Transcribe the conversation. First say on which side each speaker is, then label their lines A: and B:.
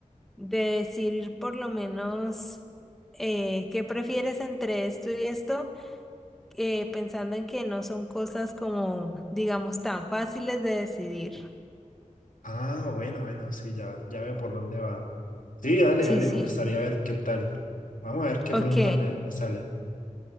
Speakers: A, in the centre; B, on the left.
A: de decir por lo menos eh, qué prefieres entre esto y esto, eh, pensando en que no son cosas como, digamos, tan fáciles de decidir.
B: Ah, bueno, bueno, sí, ya, ya veo por dónde va. Sí, dale,
A: Sí,
B: dale,
A: sí.
B: me gustaría ver qué tal. Vamos a ver qué
A: Ok.
B: preguntas me, me salen.